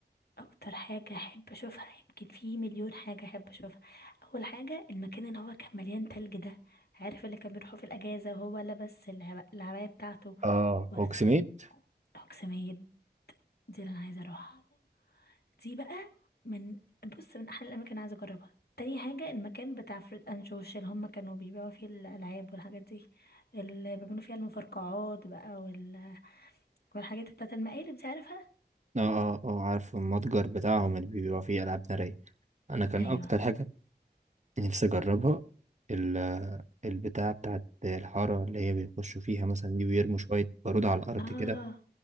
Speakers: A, on the left; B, on the right.
A: اكتر حاجة احب اشوفها يمكن في مليون حاجة احب اشوفها اول حاجة المكان اللي هو كان مليان تلج ده عارف اللي كان بيروحوا في الاجازة وهو لابس العب- العباية بتاعته
B: اه
A: وس-
B: هوكسميد
A: اقسمية دي اللي انا عايزة اروحها دي بقى من بص من احلى الاماكن اللي عايزة اجربها تاني حاجة المكان بتاع فريد اند جوش اللي هم كانوا بيبيعوا فيه الالعاب والحاجات دي اللي بيعملوا فيها المفرقعات بقى وال... والحاجات بتاعت المقالب دي عارفها
B: اه اه اه عارف المتجر بتاعهم اللي بيبقى فيه العاب نارية انا كان
A: ايوه
B: اكتر حاجة نفسي اجربها ال البتاع بتاعت الحارة اللي هي بيخشوا فيها مثلا دي ويرموا شوية بارود على الأرض
A: اه
B: كده